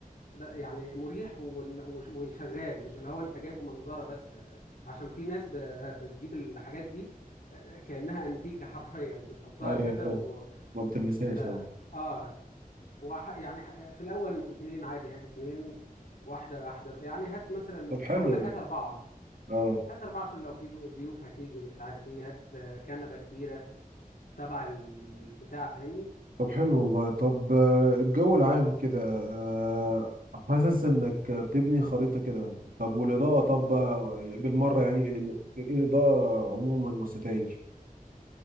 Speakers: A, on the left; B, on the right.
A: بقى يعني مريح ون- وش- وشغال مش اللي هو أنت جايبه منظرة بس آه، عشان في ناس ب- بتجيب الحاجات دي آه، كأنها أنتيكة حرفيا بتحطها
B: ايوه
A: كده
B: فاهم
A: و
B: ما بتلمسهاش
A: لا
B: اه
A: اه وح... يعني ح... في الأول أنتوا اتنين عادي هات اتنين واحدة واحدة بقى. يعني هات مثلا
B: طب حلو
A: هقول لك
B: والله
A: هات أربعة
B: اه
A: هات أربعة عشان لو في ضو- ضيوف هتيجي ومش عارف ايه هات آه، كنبة كبيرة تبع البتاع فاهمني
B: طب حلو والله طب آه، الجو العام كده آه، حاسس انك بتبني خريطة كده طب والإضاءة طب بقى بالمرة يعني ال- ال- الإضاءة عموما والستاير